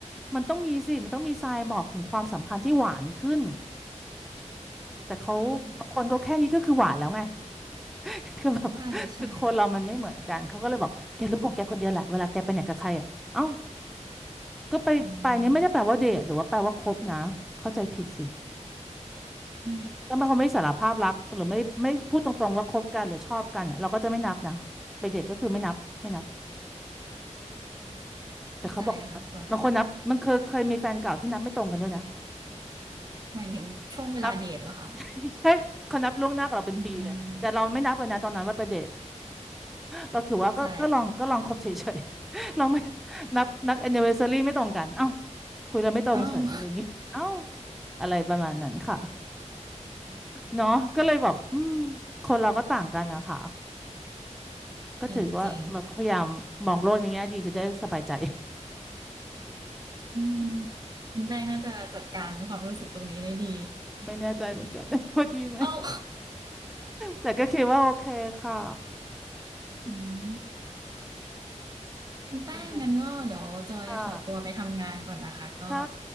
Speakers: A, in the centre; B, on the right.
A: มันต้องมีสิมันต้องมีทรายบอกถึงความสัมพันธ์ที่หวานขึ้นแต่เขาบางคนก็แค่นี้ก็คือหวานแล้วไง
B: อืม
A: <laughs> คือแบบคือคนเรามันไม่เหมือนกันเขาก็เลยบอกแกรู้ของแกคนเดียวแหละเวลาแกไปไหนกับใครอ่ะเอ้า
B: ใช่ใช่ <laughs> ใช่
A: ก็ไปไปเนี่ยไม่ได้แปลว่าเดทหรือว่าแปลว่าคบนะเข้าใจผิดสิ
B: อืมอืม
A: ถ้าเขาไม่สารภาพรักหรือไม่ไม่พูดตรงๆว่าคบกันหรือชอบกันอะเราก็จะไม่นับนะไปเดทก็คือไม่นับไม่นับ
B: อืมเข้าใจค่ะแบบ
A: แต่เขาบอกเขานับบางคนนับมันเคยเคยมีแฟนเก่าที่นับไม่ตรงกันด้วยนะ
B: หมายถึงช่วงเวลาเดทเหรอคะ
A: นับ <laughs> ใช่เขานับล่วงหน้ากับเราเป็นปีเลยแต่เราไม่นับเลยนะตอนนั้นว่าเป็นเดท
B: อืม
A: เราคือว่าก็ก็ลองก็ลองคบเฉยๆ
B: เข้าใจ
A: <laughs> เราไม่นับนับแอนนิเวอร์ซารีไม่ตรงกันเอ้าคุยเราไม่ตรงเฉยอะไรอย่างงี้เอ้า
B: <laughs> อ้าว <laughs>
A: อะไรประมาณนั้นค่ะ
B: อ๋อ
A: เนาะก็เลยแบบอืมคนเราก็ต่างกันนะคะก็ถือว่าเราก็พยายามมองโลกในแง่ดีจะได้สบายใจ
B: จริงจริงอืมคุณแป้งน่าจะจัดการความรู้สึกตรงนี้ได้ดี
A: <laughs> ไม่แน่ใจเหมือนกัน <laughs> ว่าดีไหม
B: อ้าว
A: แต่ก็คิดว่าโอเคค่ะ
B: <laughs> อืมคุณแป้งงั้นก็เดี๋ยวจอยขอตัวไปทำงานก่อนนะคะก็
A: คุณเพิ่นค่ะค่ะ